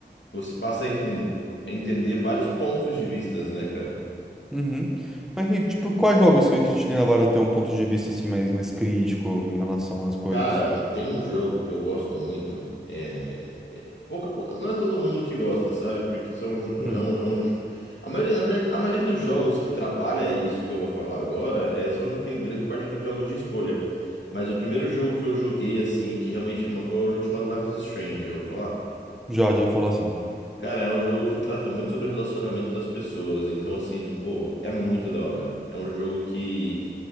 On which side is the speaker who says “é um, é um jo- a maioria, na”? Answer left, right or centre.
Left